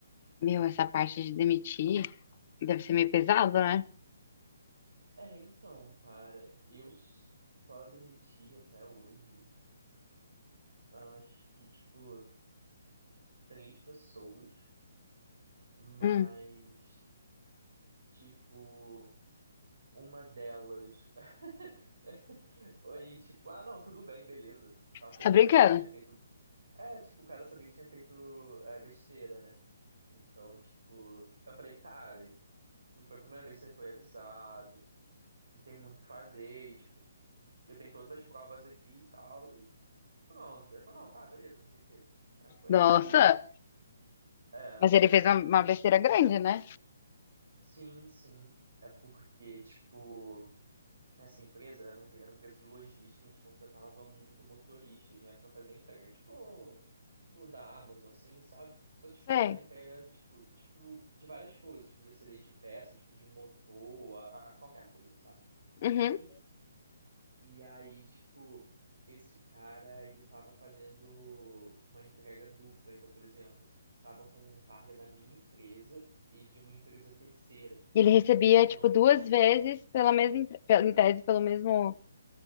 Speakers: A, on the left (about 35°); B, on the right (about 80°).
A: Meu, essa parte de demitir deve ser meio pesado, né?
B: É, então, cara, eu só demiti até hoje, acho que, tipo, três pessoas, mas,
A: Hum,
B: tipo, uma delas <laughs> foi, tipo, ah, não, tudo bem, beleza. e Tal, porque
A: você tá
B: o cara
A: brincando?
B: sabia que tinha feito. É, tipo, o cara sabia que tinha feito é, besteira, né? Então, tipo, eu falei, cara, não foi a primeira vez que você foi avisado, não tem muito o que fazer, e, tipo, eu tenho todas as provas aqui e tal. Pronto. Ele falou, não, tá, beleza, não sei o quê. Aí foi
A: Nossa,
B: tipo isso. É,
A: mas ele fez uma,
B: mas
A: uma besteira grande, né?
B: sim, sim. É porque, tipo, essa empresa era uma empre- era uma empresa de logística, a gente contratava muito motoristas, né, pra fazer entrega. Tipo, tipo da Amazon, assim, sabe? Só que, tipo,
A: Sei.
B: era entrega, tipo, tipo, de várias coisas. Podia ser desde peça, tipo, de motor, a a qualquer coisa, sabe?
A: Uhum.
B: Enfim. E aí, tipo, esse cara, ele tava fazendo uma entrega dupla. Então, por exemplo, tava com carga da minha empresa e de uma empresa terceira.
A: E Ele recebia,
B: E isso
A: tipo,
B: não
A: duas
B: pode.
A: vezes pela mesma, entre- pela- em tese, pelo mesmo